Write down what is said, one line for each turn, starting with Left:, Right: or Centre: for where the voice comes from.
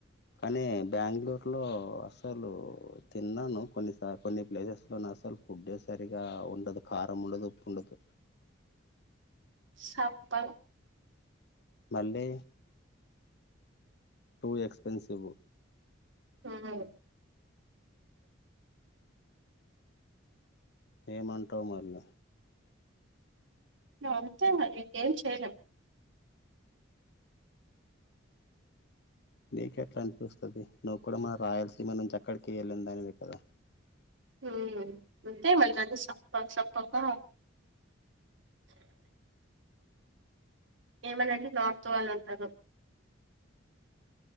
Left: కానీ బెంగళూరు లో అసలు తిన్నాను కొన్ని సార్ కొన్ని ప్లేసెస్ లోన అసలు ఫుడ్డే సరిగా ఉండదు కారం ఉండదు ఉప్పు ఉండదు.
Right: సప్పగ
Left: మళ్ళీ టూ ఎక్స్పెన్సివ్
Right: మ్మ్
Left: ఏమంటావు మల్ల
Right: ఆ అంతే మరి ఏం చేయలేం
Left: నీకెట్లా అనిపిస్తది నువ్వు కూడా మా రాయలసీమ నుంచి అక్కడికి వెళ్ళింది దాని వే కదా
Right: ఉమ్ అంతే మళ్ద సప్ప సప్పకా ఏమన్నా అంటే నార్త్ వాళ్ళు ఉంటారు